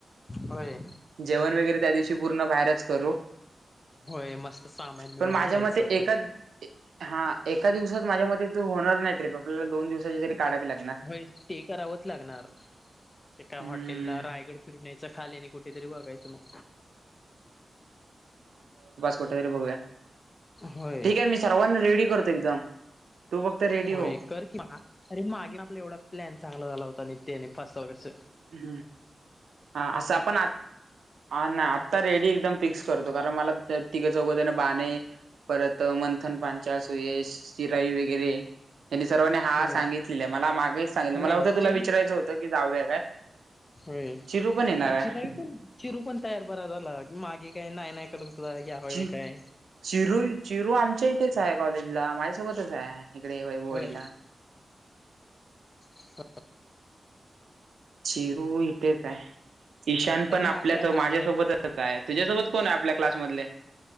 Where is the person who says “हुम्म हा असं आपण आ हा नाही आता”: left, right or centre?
Right